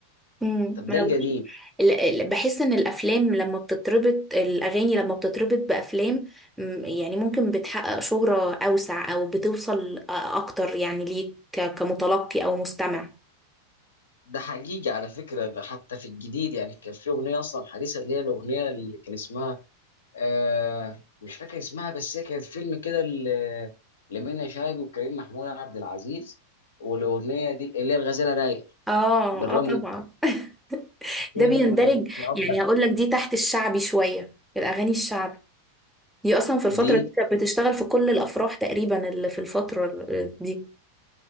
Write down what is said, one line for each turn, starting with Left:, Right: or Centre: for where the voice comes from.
Centre: امم
Left: طب
Centre: ما
Left: ده
Centre: أنا
Left: القديم
Centre: بقول- ال- ال- بحس ان الافلام لما بتتربط الاغاني لما بتتربط بافلام مم، يعني ممكن بتحقق شهرة اوسع او بتوصل أ- اكتر يعني ليك ك- كمتلقي او مستمع
Left: ده حقيقي على فكره ده حتى في الجديد يعني كان في اغنيه اصلا حديثه اللي هي الاغنيه اللي كان اسمها آه مش فاكر اسمها بس هي كانت فيلم كده ل- لمنى شلبي وكريم محمود عبد العزيز والاغنيه دي اللي هي الغزاله رايق
Centre: اه
Left: بالرغم
Centre: اه طبعا
Left: ان
Centre: <laughs>
Left: الفيلم
Centre: ده بيندرج
Left: ما كانش فيه افضل
Centre: يعني هقول لك دي تحت الشعبي شوية الاغاني الشعبي دي اصلا في الفترة
Left: دي
Centre: دي كانت بتشتغل في كل الافراح تقريبا اللي في الفترة ال- دي